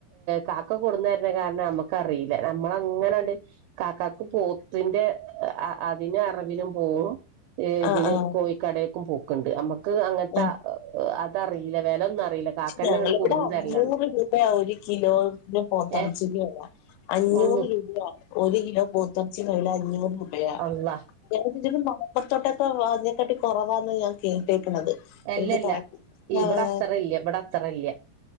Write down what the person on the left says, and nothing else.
ആ ആ
ആ
പക്ഷെ ഞങ്ങളിവിടെ
അഞ്ഞൂറ്
രൂപയാ ഒരു കിലോ പോത്തർച്ചിൻ്റെ
വില. അഞ്ഞൂറ്
രൂപ. ഒരു കിലോ പോത്തർച്ചി കയ്യില അഞ്ഞൂർ രൂപ.
ഞാൻ കര്തി മലപുറത്തോട്ട് അതിനക്കാട്ടിലും കുറവാ ഞാൻ കേട്ടേക്ക്ണത്.
ഇൻക്ക് കറക്റ്റ്
ആഹ്